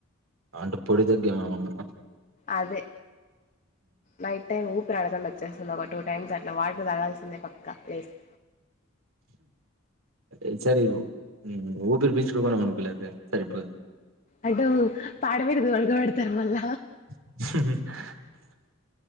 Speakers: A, on the right; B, on the left.
A: అంటే పొడి దగ్గ ఏమమన్నా
B: అదే నైట్ టైం ఊపి ఊపిరి ఆడకుండా వచ్చేస్తుంది ఒక టూ టైమ్స్ అట్లా వాటర్ తాగాల్సిందే పక్కా లేసి
A: ఈసారి హు ఊపిరి పీలు ట్యూబ్ అన్నా కొనుక్కో లేపోతే సరిపోది
B: అడ్డము పాడమీద తోల్క పెడతారు మల్ల
A: <inaudible>